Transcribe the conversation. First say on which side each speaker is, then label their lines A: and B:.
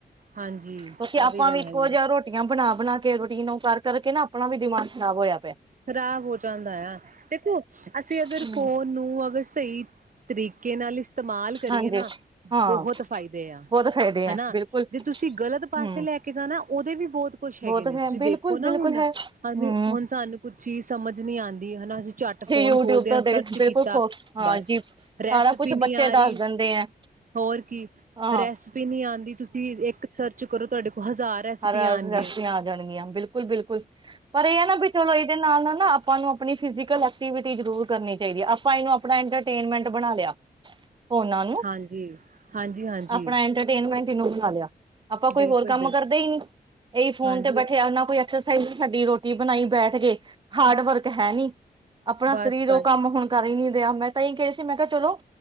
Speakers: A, on the right; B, on the right.
A: ਹਾਂਜੀ
B: ਤੁਸੀਂ
A: ਉਹ
B: ਆਪਾਂ
A: ਗੱਲ
B: ਵੀ ਇੱਕੋ
A: ਹੈਗੀ ਐ।
B: ਜਿਹਾ ਰੋਟੀਆਂ ਬਣਾ। ਬਣਾ ਕੇ ਰੂਟੀਨ ਨੂੰ ਕਰ ਕਰਕੇ ਨਾ ਆਪਣਾ ਵੀ ਦਿਮਾਗ ਖਰਾਬ ਹੋਇਆ। ਪਿਆ
A: ਖ਼ਰਾਬ ਹੋ ਜਾਂਦਾ ਆ ਦੇਖੋ ਅਸੀਂ ਅਗਰ
B: ਹਮ
A: ਫੋਨ ਨੂੰ ਅਗਰ ਸਹੀ ਤਰੀਕੇ ਨਾਲ ਇਸਤੇਮਾਲ ਕਰੀਏ
B: ਹਾਂਜੀ
A: ਨਾ
B: ਹਾਂ
A: ਬਹੁਤ ਫਾਇਦੇ ਆ।
B: ਬਹੁਤ ਫਾਇਦੇ ਹੈ
A: ਹਨਾ
B: ਬਿਲਕੁਲ
A: ਜੇ ਤੁਸੀਂ ਗਲਤ ਪਾਸੇ
B: ਹਮ
A: ਲੈ ਕੇ ਜਾਣਾ ਉਹਦੇ ਵੀ ਬਹੁਤ ਕੁਛ ਹੈਗੇ
B: ਬਹੁਤ
A: ਨੇ
B: ਹੈ
A: ਤੁਸੀਂ ਦੇਖੋ
B: ਬਿਲਕੁਲ
A: ਨਾ
B: ਬਿਲਕੁਲ
A: ਹੁਣ
B: ਹੈ ਹਮ
A: ਹੁਣ ਸਾਨੂੰ ਕੁਛ ਹੀ ਸਮਝ ਨਹੀਂ ਆਉਂਦੀ ਹਨਾ ਅਸੀਂ ਝੱਟ ਫੋਨ
B: ਯੂਟਿਊਬ
A: ਖੋਲਦੇ ਹਾਂ
B: ਤੋਂ ਦੇ
A: ਸਰਚ
B: ਬਿਲਕੁਲ
A: ਕੀਤਾ
B: ਹਾਂ
A: ਬਸ
B: ਜੀ ਸਾਰਾ
A: ਰੈਸਪੀ
B: ਕੁਛ
A: ਨਹੀਂ
B: ਬੱਚੇ
A: ਆ ਰਹੀ
B: ਦੱਸ ਦਿੰਦੇ ਹੈ
A: ਹੋਰ ਕੀ
B: ਹਾਂ
A: ਰੈਸਪੀ ਨਹੀਂ ਆਉਂਦੀ ਤੁਸੀਂ ਇੱਕ ਸਰਚ ਕਰੋ ਤੁਹਾਡੇ ਕੋਲ ਹਜ਼ਾਰ ਰੈਸਪੀਆਂ
B: ਹਜਾਰ
A: ਆਉਣਗੀਆਂ
B: ਰਿਆਸਤੀ ਆ ਜਾਣਗੀਆਂ ਬਿਲਕੁਲ ਬਿਲਕੁਲ ਪਰ ਇਹ ਹੈ ਨਾ ਵੀ ਚਲੋ ਇਹਦੇ ਨਾਲ ਨਾ ਆਪਾਂ ਨੂੰ ਆਪਣੀ ਫਿਜੀਕਲ- ਐਕਤੀਵਿਤੀ ਜ਼ਰੂਰ ਕਰਨੀ ਚਾਹੀਦੀ ਹੈ ਆਪਾਂ ਇਹਨੂੰ ਆਪਣਾ ਇੰਟਰਟੇਨਮੈਂਟ ਬਣਾ ਲਿਆ। ਫੌਨਾਂ ਨੂੰ
A: ਹਾਂਜੀ ਹਾਂਜੀ ਹਾਂਜੀ
B: ਆਪਣਾ ਇਟਰਟੇਨਮੈਂਟ ਇਨੂੰ ਬਨਾ <unintelligible> ਆਪਾਂ ਕੋਈ
A: ਬਿਲਕੁਲ
B: ਬੋਲ ਕੰਮ
A: ਬਿਲਕੁਲ
B: ਕਰਦੇ ਹੀ ਇ ਫੋਨ
A: ਹਾਂਜੀ
B: ਤੇ ਬੈਠੇ ਆ ਨਾ ਕੋਈ ਐਕਸਸਾਈਜ਼ ਸਾਡੀ ਰੋਟੀ ਬਣਾਈ ਬੈਠ ਗਏ ਹਾਰਡ ਵਰਕ ਹੈ ਨੀ। ਆਪਣਾ
A: ਬਸ
B: ਸਰੀਰ
A: ਬਸ
B: ਉਹ ਕੰਮ ਹੁਣ ਕਰ ਹੀ ਨੀ ਰਿਹਾ ਮੈਂ ਤਾਂ ਇਹੀ ਕਹਿ ਰਹੀ ਸੀ ਮੈਂ ਕਿਹਾ ਚਲੋ